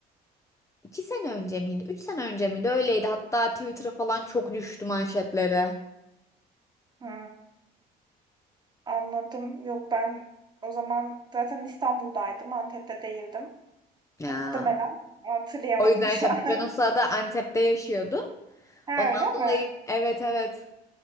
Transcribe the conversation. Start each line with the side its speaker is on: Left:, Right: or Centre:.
Left: 2 sene önce miydi? 3 sene önce miydi? Öyleydi. Hatta Twitter'a falan çok düştü manşetlere.
Right: Hı, anladım. Yok ben o zaman zaten İstanbul'daydım. Antep'te değildim.
Left: Ya.
Right: Muhtemelen hatırlayamadım
Left: O yüzden
Right: şu
Left: şey,
Right: an. <laughs>
Left: ben o sırada Antep'te yaşıyordum.
Right: Ha
Left: Ondan
Right: öyle
Left: dolayı
Right: mi?
Left: evet evet.